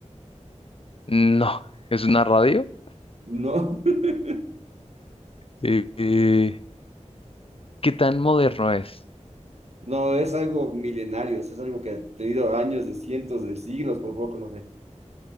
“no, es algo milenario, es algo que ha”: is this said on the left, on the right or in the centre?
Right